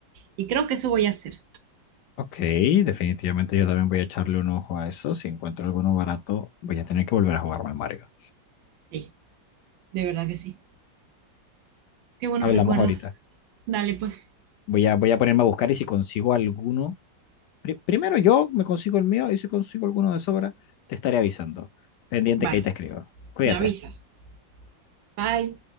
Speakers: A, on the right; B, on the left.
A: Y creo que eso voy a hacer.
B: Ok, definitivamente yo también voy a echarle un ojo a eso. Si encuentro alguno barato, voy a tener que volver a jugarme al Mario.
A: Sí, de verdad que sí. Qué buenos
B: Hablamos
A: recuerdos.
B: ahorita.
A: Dale, pues.
B: Voy a, voy a ponerme a buscar y si consigo alguno, pri- primero yo me consigo el mío y si consigo alguno de sobra, te estaré avisando. Pendiente
A: Vale,
B: que ahí te escribo. Cuídate.
A: me avisas. Bye.